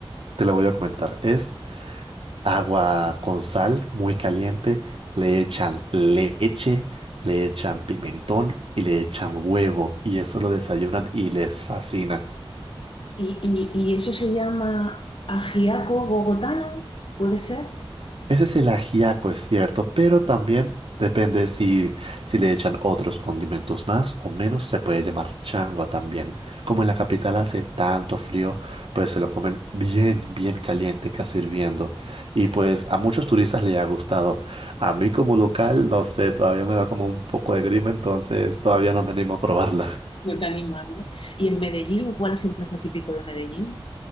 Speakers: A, on the right; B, on the left.
A: te la voy a comentar. Es agua con sal muy caliente, le echan leche, le echan pimentón y le echan huevo y eso lo desayunan y les fascina.
B: y, y- y eso se llama ajiaco bogotano, ¿puede ser?
A: Ese es el ajiaco, es cierto, pero también depende si, si le echan otros condimentos más o menos, se puede llamar changua también. Como en la capital hace tanto frío, pues se lo comen bien, bien caliente, casi hirviendo. Y pues a muchos turistas les ha gustado. A mí como local, no sé, todavía me da como un poco de grima, entonces todavía no me animo a probarla.
B: No te animas, ¿no? Y en Medellín, ¿cuál es el plato típico de Medellín?